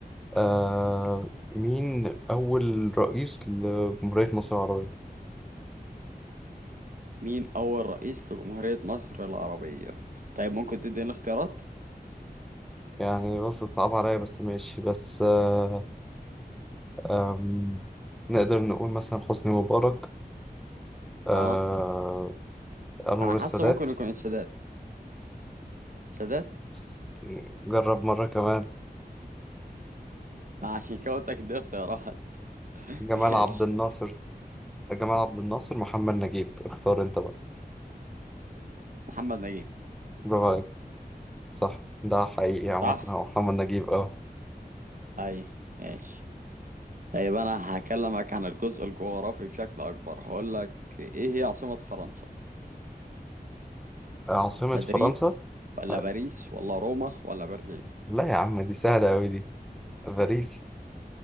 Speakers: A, in the centre; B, on the right (about 55°).
A: آه مين أول رئيس لجمهورية مصر العربية
B: مين اول رئيس لجمهوريه مصر العربيه طيب ممكن تديني اختيارات
A: يعني بص صعب عليا بس ماشي بس آه آم، نقدر نقول مثلا حسني مبارك آه
B: اه
A: أنور
B: انا حاسه
A: السادات
B: ممكن يكون السادات السادات
A: بس- جرب مرة كمان
B: ما عشان كده قلت لك دي اختيارات <laughs>
A: جمال
B: ماشي
A: عبد الناصر جمال عبد الناصر محمد نجيب اختار انت بقى
B: محمد نجيب
A: برافو عليك صح ده حقيقي عامة
B: صح
A: هو محمد نجيب اه
B: اي ماشي طيب انا هكلمك عن الجزء الجغرافي بشكل اكبر هقول لك ايه هي عاصمه فرنسا
A: عاصمة
B: مدريد
A: فرنسا
B: ولا
A: آه،
B: باريس ولا روما ولا برلين
A: لا يا عم دي سهلة أوي دي باريس